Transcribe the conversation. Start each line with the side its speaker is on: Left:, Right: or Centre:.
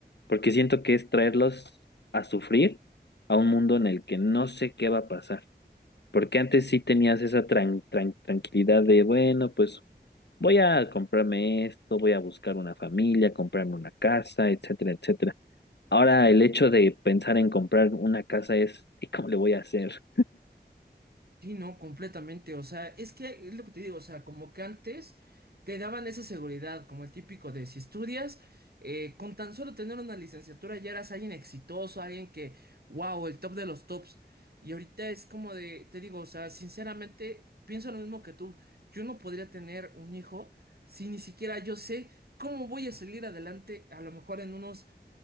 Left: porque siento que es traerlos a sufrir a un mundo en el que no sé qué va a pasar. Porque antes sí tenías esa tran- tran- tranquilidad de, bueno, pues voy a comprarme esto, voy a buscar una familia, comprarme una casa, etcétera, etcétera. Ahora el hecho de pensar en comprar una casa es, ¿y cómo le voy a hacer?
Right: Sí, no, completamente. O sea, es que es lo que te digo, o sea, como que antes te daban esa seguridad, como el típico de si estudias, eh, con tan solo tener una licenciatura ya eras alguien exitoso, alguien que, wow, el top de los tops. Y ahorita es como de, te digo, o sea, sinceramente, pienso lo mismo que tú. Yo no podría tener un hijo si ni siquiera yo sé cómo voy a salir adelante, a lo mejor en unos